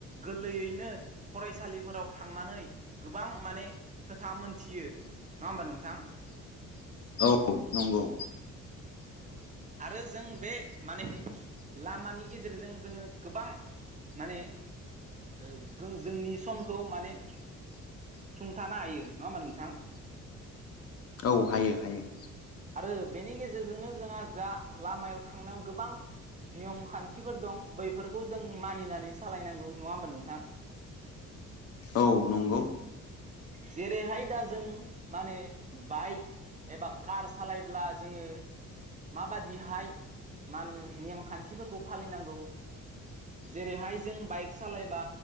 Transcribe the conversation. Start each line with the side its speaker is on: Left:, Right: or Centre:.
Right: गोरलैयैनो फरायसालिफोराव थांनानै गोबां माने खोथा मोनथियो नंङा होमबा नोंथां?
Left: औ नंगौ
Right: आरो जों बे माने लामानि गेजेरजों जोंङो गोबां माने ओ गो जोंनि समखौ माने सुंथानो हायो नंङा होमबा नोंथां।
Left: औ हायो हायो
Right: आरो बेनि गेजेरजोंनो जोंहा दा लामायाव थांनायाव गोबां नियम खान्थिफोर दं बैफोरखौ जों मानिनानै सालायनांगौ नंङा होमबा नोंथां।
Left: औ नंगौ
Right: जेरैहाय दा जों माने बाइक एबा कार सालायब्ला जोंङो माबादिहाय मा होनो नेम खान्थिफोरखौ फालिनांगौ जेरैहाय जों बाइक सालायबा